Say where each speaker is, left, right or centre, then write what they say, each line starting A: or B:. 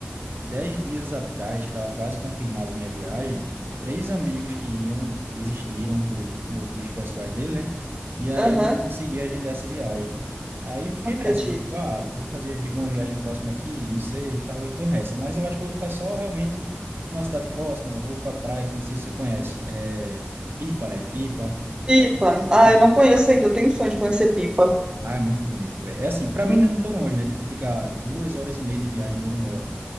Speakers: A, on the right; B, on the right.
A: Dez dias atrás, que estava quase confirmada a minha viagem, três amigos que iam desistiram por motivos pessoais dele, né? E aí
B: aham,
A: eu não consegui
B: não
A: agendar essa viagem. Aí eu fiquei
B: acredito.
A: nessa, né? Tipo, ah, vou fazer vi- uma viagem próxima aqui, não sei, e tal, eu tô nessa. Mas eu acho que eu vou ficar só realmente numa cidade próxima, eu vou pra praia que não sei se você conhece, é Pipa, né? Pipa.
B: Pipa.
A: É,
B: Ah,
A: pô,
B: eu não conheço ainda, eu tenho um sonho de conhecer Pipa.
A: ah, é muito bonito, velho. É assim, pra mim
B: Uhum.
A: não é tão longe, né? Tipo, fica duas horas e meia de viagem de onde eu moro.